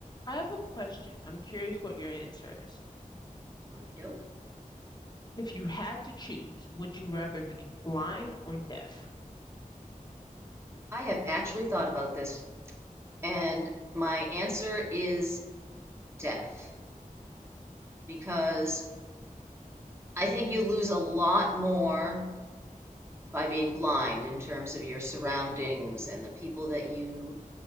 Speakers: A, on the left; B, on the right.
A: I have a question. I'm curious what your answer is.
B: Okey doke.
A: If you had to choose, would you rather be blind or deaf?
B: I have actually thought about this, and my answer is deaf because I think you lose a lot more by being blind in terms of your surroundings and the people that you